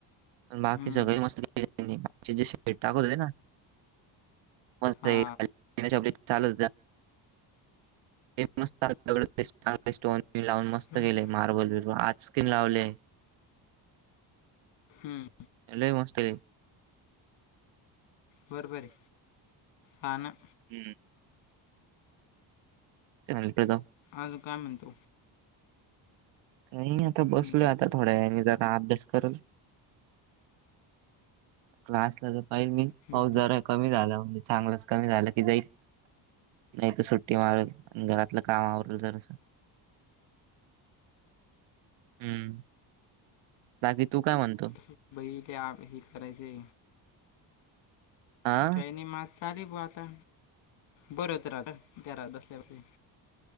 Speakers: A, on the right (about 80°); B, on the left (about 80°).
A: बाकी
B: हम्म
A: सगळे मस्त <inaudible> तुझ्याशी पेट टाकू दे ना, मस्त
B: हा
A: ऐ <inaudible> <unintelligible> चालत जा. हे मस्त चांग स्टोन लावून, मस्त
B: हम्म
A: ग केले, मार्बल-बर्बल आज स्क्रीन लावलय.
B: हम्म.
A: ते लई मस्त.
B: बरोबर, हा ना?
A: हम्म. ते म्हणतोय का <unintelligible>
B: आजून काय म्हणतो?
A: काई नई आता बसलो
B: हम्म
A: आता, थोड्यावेळानी जरा अभ्यास करल. क्लासला तर पाहिजे,
B: हम्म
A: पाऊस जरा कमी झाला, म्हणजे चांगलाच कमी झाला की जाईल. नही तर सुट्टी मारल, घरातलं काम आवरल, जरास. हम्म, बाकी तू काय म्हणतो?
B: त बई ते हे <inaudible> करायचय.
A: हा
B: काही नही म आता चालू ये बाता, बोर होत रं आता, घरात बसल्या वरती.